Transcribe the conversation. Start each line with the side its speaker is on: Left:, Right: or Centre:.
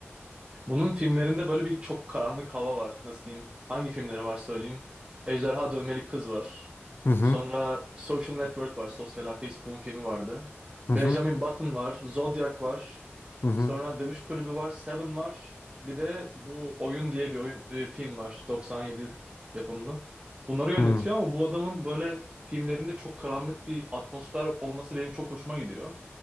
Right: Bunun filmlerinde böyle bir çok karanlık hava var. Nasıl diyeyim? Hangi filmleri var söyleyeyim. Ejderha Dövmeli Kız var.
Left: Hı hı,
Right: Sonra Social Network var. Sosyal Ağ Facebook'un filmi vardı.
Left: hı
Right: Benjamin
Left: hı,
Right: Button var. Zodiac var.
Left: hı hı,
Right: Sonra Dövüş Kulübü var. Seven var. Bir de bu Oyun diye bir oyun e, film var. 97 yapımlı. Bunları yönetiyor
Left: hı
Right: ama bu adamın böyle filmlerinde çok karanlık bir atmosfer olması benim çok hoşuma gidiyor.